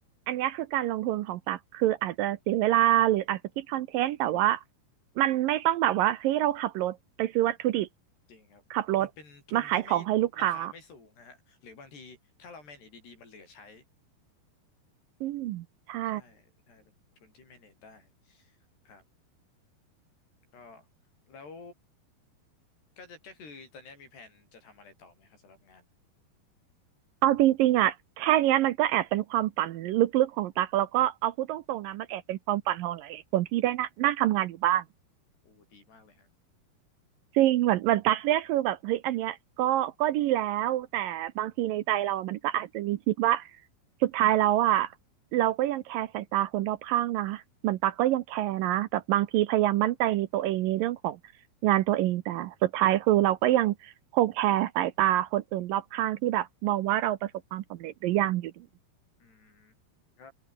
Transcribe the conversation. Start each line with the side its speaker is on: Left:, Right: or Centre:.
Right: อันเนี้ยคือการลงทุนของตักคืออาจจะเสียเวลาหรืออาจจะคิดคอนเทนต์แต่ว่ามันไม่ต้องแบบว่าเฮ้ยเราขับรถไปซื้อวัตถุดิบ
Left: มันจริงครับมันเป็นทุนที่ไม่ราคาไม่สูงนะฮะหรือบางทีถ้าเรา
Right: ขับรถมาขายของให้ลูกค้า
Left: manage ดีๆมันเหลือใช้
Right: อืมใช่
Left: ใช่ไม่ใช่เป็นทุนที่ manage ได้ครับก็แล้วก็จะก็คือตอนนี้มีแผนจะทำอะไรต่อไหมครับสำหรับงาน
Right: เอาจริงๆอ่ะแค่เนี้ยมันก็แอบเป็นความฝันลึกๆของตักแล้วก็เอาพูดตรงๆนะมันแอบเป็นความฝันของหลายๆคนที่ได้นั่งนั่งทำงานอยู่บ้าน
Left: โอ้ดีมากเลยฮะ
Right: จริงเหมือนเหมือนตักเนี่ยคือแบบเฮ้ยอันเนี้ยก็ก็ดีแล้วแต่บางทีในใจเราอะมันก็อาจจะมีคิดว่าสุดท้ายแล้วอ่ะเราก็ยังแคร์สายตาคนรอบข้างนะเหมือนตักก็ยังแคร์นะแบบบางทีพยายามมั่นใจในตัวเองในเรื่องของงานตัวเองแต่สุดท้ายคือเราก็ยังคงแคร์สายตาคนอื่นรอบข้างที่แบบมองว่าเราประสบความสำเร็จหรือยังอยู่ดี
Left: อืมก็